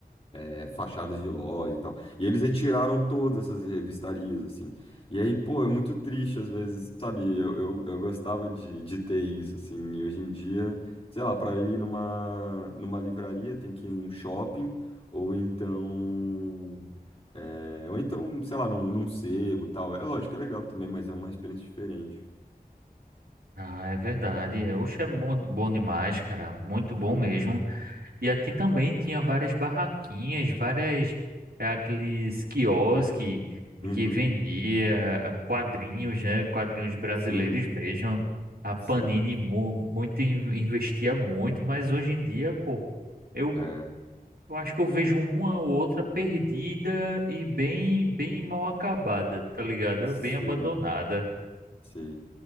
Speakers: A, on the left (about 35°); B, on the right (about 80°).
A: é, fachadas de lojas e tal. E eles retiraram todas essas revistarias, assim. E aí, pô, é muito triste às vezes, sabe? Eu, eu, eu gostava de, de ter isso, assim. E hoje em dia, sei lá, para ir numa, numa livraria tem que ir num shopping, ou então. é, ou então, sei lá, num, num sebo e tal. É lógico, é legal também, mas é uma experiência diferente.
B: Ah, é verdade. É, Oxe, é bom, bom demais, cara. Muito bom
A: Uhum,
B: mesmo. E aqui também tinha várias barraquinhas, várias é, aqueles quiosque
A: uhum,
B: que vendia quadrinhos, né? Quadrinhos brasileiros
A: sim,
B: mesmo. A Panini
A: sim,
B: mu- muito in- investia muito, mas hoje em dia, pô, eu,
A: é,
B: eu acho que eu vejo uma ou outra perdida e bem bem mal acabada, tá ligado?
A: sim.
B: Bem abandonada.
A: Sei.